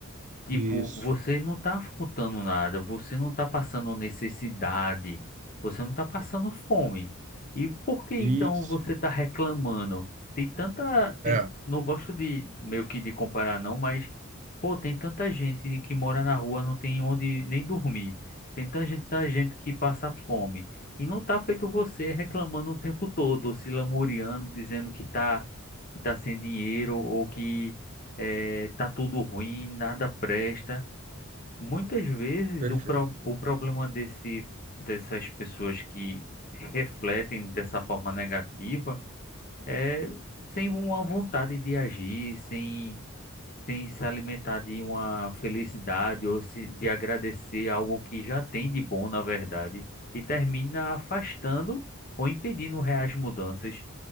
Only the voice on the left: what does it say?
Tipo,
você não tá faltando nada, você não tá passando necessidade, você não tá passando fome. E por que
então você tá reclamando? Tem tanta, tem,
não gosto de meio que de comparar não, mas pô, tem tanta gente que mora na rua, não tem onde nem dormir. Tem tanta gente, tanta gente que passa fome. E não tá feito você reclamando o tempo todo, se lamuriando, dizendo que tá que tá sem dinheiro ou que eh, tá tudo ruim, nada presta. Muitas vezes
o, pro, o problema desse, dessas pessoas que refletem dessa forma negativa é sem uma vontade de agir, sem, sem se alimentar de uma felicidade ou se, de agradecer algo que já tem de bom, na verdade, e termina afastando ou impedindo reais mudanças